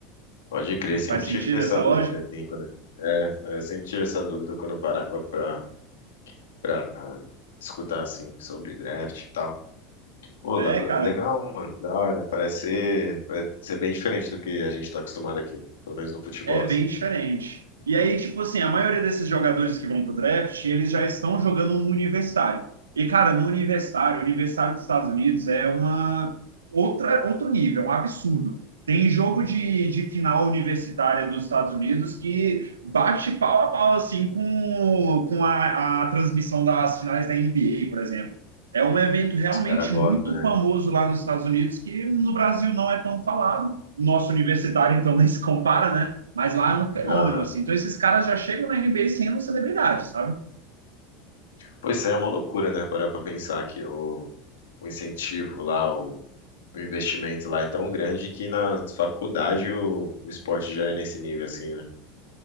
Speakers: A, on the left; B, on the right.
A: Pode crer, sempre
B: Faz sentido
A: tive essa
B: essa
A: dúvida,
B: lógica?
A: assim, quando... É, eu sempre tive essa dúvida quando eu parava pra, pra escutar, assim, sobre draft e tal. Pô,
B: É,
A: le-
B: cara,
A: legal, mano, da hora. Parece ser, parece ser bem diferente do que a gente tá acostumado aqui, pelo menos no futebol,
B: É
A: assim.
B: bem diferente. E aí, tipo assim, a maioria desses jogadores que vão pro draft, eles já estão jogando no universitário. E, cara, no universitário, o universitário dos Estados Unidos é uma outra, outro nível, é um absurdo. Tem jogo de, de final universitária dos Estados Unidos que bate pau a pau, assim, com, com a, a transmissão das finais da NBA, por exemplo. É um evento realmente
A: Os caras gostam,
B: muito
A: né?
B: famoso lá nos Estados Unidos, que no Brasil não é tão falado. Nosso universitário, então, <laughs> nem se compara, né? mas lá é um fenômeno,
A: Aham.
B: assim. Então, esses caras já chegam na NBA sendo celebridade, sabe?
A: Pô, isso aí é uma loucura, né? Parar pra pensar que o, o incentivo lá, o, o investimento lá é tão grande que na faculdade o, o esporte já é nesse nível, assim, né?